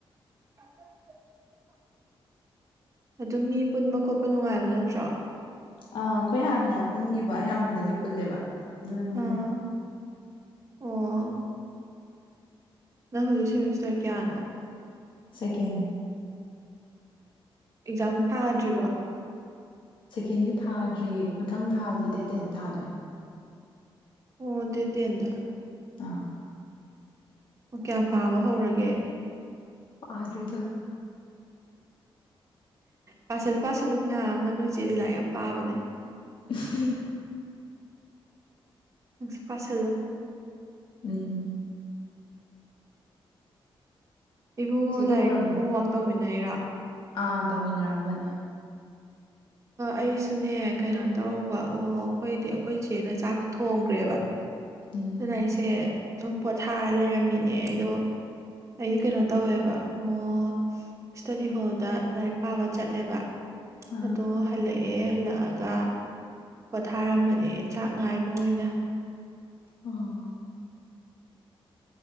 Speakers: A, on the right (about 35°); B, on the left (about 60°).
A: <inaudible> ꯑꯗꯨꯝ ꯃꯤ ꯄꯨꯟꯕ ꯈꯣꯠꯄ ꯅꯨꯡꯉꯥꯏꯕ ꯅꯠꯇ꯭ꯔꯣ
B: ꯑ ꯑꯩꯈꯣꯏ ꯍꯥꯟꯅ ꯄꯨꯟꯈꯤꯕ ꯑꯌꯥꯝꯕꯅꯗꯤ ꯄꯨꯜꯂꯦꯕ ꯑꯗꯨꯗ ꯅꯨꯡꯉꯥꯏꯌꯦ
A: ꯑꯥ ꯑꯣ ꯅꯪ ꯍꯧꯖꯤꯛ ꯁꯦꯃꯤꯁꯇꯔ ꯀꯌꯥꯅꯣ
B: ꯁꯦꯀꯦꯟ
A: ꯑꯦꯛꯖꯥꯝ ꯊꯥꯗ꯭ꯔꯤꯕꫭ
B: ꯁꯦꯀꯦꯟꯒꯤ ꯊꯥꯗ꯭ꯔꯤ ꯃꯊꯪ ꯊꯥꯒꯤ ꯗꯦꯠ ꯇꯦꯟꯗ ꯊꯥꯗꯣꯏꯅꯤ
A: ꯑꯣ ꯑꯗꯨ ꯇꯦꯟꯗ
B: ꯇ
A: ꯑꯣ ꯀꯌꯥꯝ ꯄꯥꯕ ꯍꯧꯔꯒꯦ
B: ꯄꯥꯗꯔꯤꯗ
A: ꯄꯁꯤꯜꯂꯨ ꯄꯥꯁꯤꯂꯨ ꯃꯌꯥꯝ ꯑꯃ ꯅꯣꯏꯁꯦꯗꯤ ꯂꯥꯏꯔꯤꯛ ꯌꯥꯝ ꯄꯥꯕꯅꯦ
B: ꯎꯝ
A: ꯑꯦꯁꯣ ꯄꯁꯜꯂꯣ
B: ꯎꯝ
A: ꯏꯕꯨꯡꯉꯣ
B: ꯆꯦ ꯀꯩꯗꯧꯔꯝꯃꯤꯅꯣ
A: ꯂꯥꯏꯔꯤꯛ ꯍꯣꯝꯋꯔꯛ ꯇꯧꯃꯤꯟꯅꯩꯔꯥ
B: ꯑꯥ ꯇꯧꯃꯤꯟꯅꯔꯝꯕꯅꯦ
A: ꯑꯩꯁꯨꯅꯦ ꯀꯩꯅꯣ ꯇꯧꯔꯨꯕ ꯑꯣ ꯑꯩꯈꯣꯏꯗꯤ ꯑꯩꯈꯣꯏ ꯏꯆꯦꯅ ꯆꯥꯛꯇꯨ ꯊꯣꯡꯈ꯭ꯔꯦꯕ
B: ꯎꯝ
A: ꯑꯗꯨꯅ ꯑꯩꯁꯦ ꯁꯨꯝ ꯄꯣꯊꯥꯔ ꯂꯩꯔꯝꯃꯤꯅꯦ ꯑꯩꯗꯣ ꯑꯩꯗꯤ ꯀꯩꯅꯣ ꯇꯧꯋꯦꯕ ꯑꯣ ꯏꯁꯇꯗꯤ ꯍꯣꯜꯗ ꯂꯥꯏꯔꯤꯛ ꯄꯥꯕ ꯆꯠꯂꯦꯕ
B: ꯑꯥ
A: ꯑꯗꯣ ꯍꯜꯂꯛꯑꯦ ꯍꯜꯂꯛꯑꯒ ꯄꯣꯊꯥꯔꯝꯕꯅꯦ ꯆꯥꯛ ꯉꯥꯏꯕ ꯑꯣꯏꯅ
B: ꯑꯣ